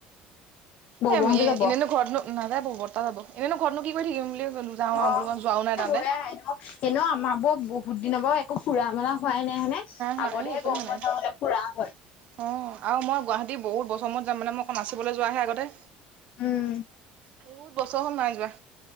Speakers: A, on the left (about 50°); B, on the right (about 45°).
A: বৌ
B: এ
A: বৌহঁতো
B: এ
A: যাব
B: এনেইনো ঘৰত নাযাব বৰ্তা যাব এনেইনো ঘৰতনো কি কৰি থাকিম বুলি যাওঁ
A: অ
B: আৰু বো মই যোৱাও নাই তাত।
A: <unintelligible> বহুত দিনৰ পৰাও একো ফুৰা মেলা হোৱাই নাই হয় নে?
B: হোৱা
A: আগতেহে
B: এই একোৱে
A: গৰম
B: হোৱা নাই।
A: বন্ধ হলে ফুৰা হয়।
B: অঁ আৰু মই গুৱাহাটীত বহুত বছৰ মূৰত যাম মানে মই অকল নাচিবলে যোৱাহে আগতে।
A: উম।
B: বহুত বছৰ হল নাই যোৱা।